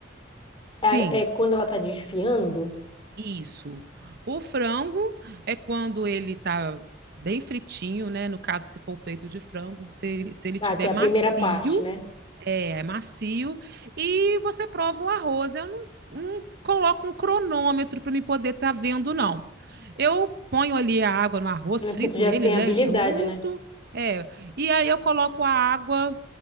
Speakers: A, on the right; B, on the left.
A: Sim,
B: é, é quando ela tá desfiando,
A: isso. O frango é quando ele tá bem fritinho, né? No caso, se for o peito de frango, se ele, se ele
B: tá?
A: tiver
B: Que é a
A: macio
B: primeira parte, né?
A: É, é macio. E você prova o arroz. Eu não, não coloco um cronômetro para me poder estar vendo, não. Eu ponho ali a água no arroz,
B: Não é
A: frito
B: Porque tu já
A: ele,
B: tem
A: né,
B: habilidade,
A: junto.
B: né?
A: É, e aí eu coloco a água